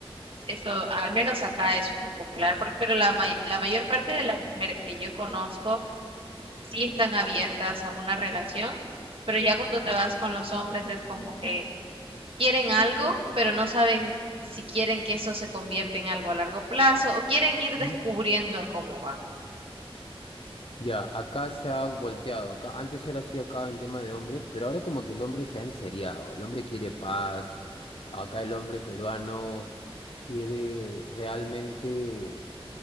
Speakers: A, on the right (about 65°); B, on the left (about 65°).
A: eso, al menos acá eso es más popular, pero la, may la mayor parte de las mujeres que yo conozco sí están abiertas a una relación, pero ya cuando te vas con los hombres es como que quieren algo, pero no saben si quieren que eso se convierta en algo a largo plazo o quieren ir descubriendo
B: Ujú.
A: cómo va.
B: Ya, acá se ha volteado. Acá, antes era así acá en tema de hombres, pero ahora como que el hombre se ha enseriado. El hombre quiere paz. Acá el hombre peruano quiere realmente